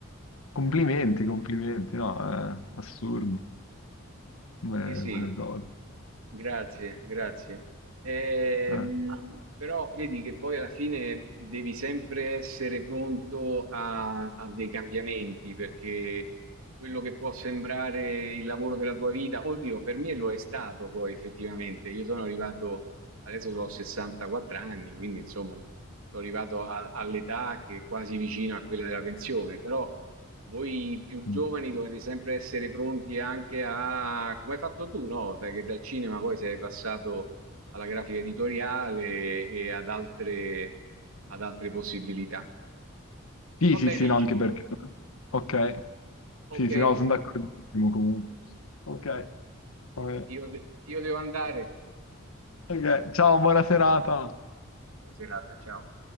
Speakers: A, on the left; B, on the right.
A: complimenti, complimenti, no, è assurdo come,
B: Sì, sì,
A: come cosa.
B: grazie, grazie. Ehm,
A: Eh.
B: però vedi che poi alla fine devi sempre essere pronto a, a dei cambiamenti, perché quello che può sembrare il lavoro della tua vita, oddio, per me lo è stato poi effettivamente. Io sono arrivato, adesso ho 64 anni, quindi insomma, sono arrivato a- all'età che è quasi vicino a quella della pensione, però voi più giovani
A: Mm.
B: dovete sempre essere pronti anche a come hai fatto tu, no, da che dal cinema poi sei passato alla grafica editoriale e ad altre, ad altre possibilità.
A: Sì,
B: Va
A: sì,
B: bene,
A: sì, no, anche perché... Ok,
B: ok,
A: sì, sì, no, sono d'accordissimo comunque. Ok, vabbè.
B: io de- io devo andare.
A: Ok, ciao, buona serata.
B: Buona serata, ciao.